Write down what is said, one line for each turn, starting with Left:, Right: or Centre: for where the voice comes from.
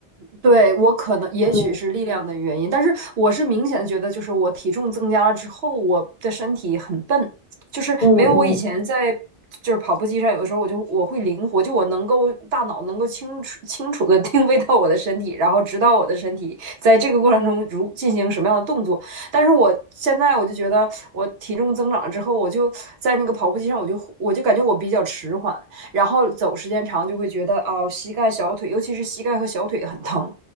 Right: 对，我可能也许是力量的原因，
Left: 嗯
Right: 但是我是明显地觉得，就是我体重增加了之后，我的身体很笨，就是没有我以前在就是跑步机上，
Left: 嗯嗯。
Right: 有的时候我就我会灵活，就我能够大脑能够清楚清楚的 <laughs> 定位到我的身体，然后知道我的身体在这个过程中如进行什么样的动作。但是我现在我就觉得我体重增长了之后，我就在那个跑步机上，我就我就感觉我比较迟缓，然后走时间长就会觉得哦，膝盖、小腿，尤其是膝盖和小腿很疼。